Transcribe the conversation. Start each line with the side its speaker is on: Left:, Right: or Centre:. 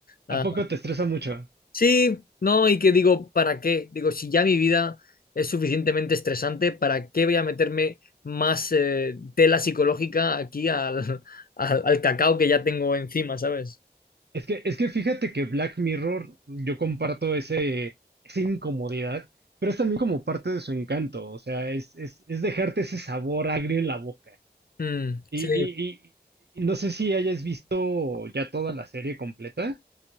Left: Ah,
Right: ¿A poco te estresa mucho?
Left: Sí, no, y que digo, ¿para qué? Digo, si ya mi vida es suficientemente estresante, ¿para qué voy a meterme más eh, tela psicológica aquí al, <laughs> al, al cacao que ya tengo encima, ¿sabes?
Right: Es que, es que fíjate que Black Mirror, yo comparto ese, esa incomodidad, pero es también como parte de su encanto, o sea, es, es, es dejarte ese sabor agrio en la boca.
Left: Mm,
Right: Y,
Left: sí.
Right: y, y- y no sé si hayas visto ya toda la serie completa,